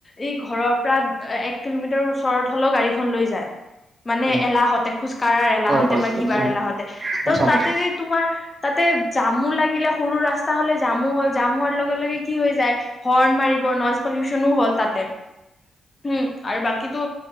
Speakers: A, on the left; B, on the right.
A: এই ঘৰৰ পৰা এক কিলোমিটাৰ ওচৰত হ'লেও গাড়ীখন লৈ যায়। মানে
B: উম,
A: এলাহতে, খোজ কঢ়াৰ এলাহতে
B: হয়, হয়,
A: বা কিবা
B: একদম
A: এলাহতে ত',
B: সঁচা
A: তাতে
B: কথা।
A: তোমাৰ তাতে জামু লাগিলে, সৰু ৰাস্তা হলে জামু হ'ল, জাম হোৱাৰ লগে-লগে কি হৈ যায়, হৰ্ণ মাৰিব, নইজ পলিউচনো হ'ল তাতে। হুম, আৰু বাকীটো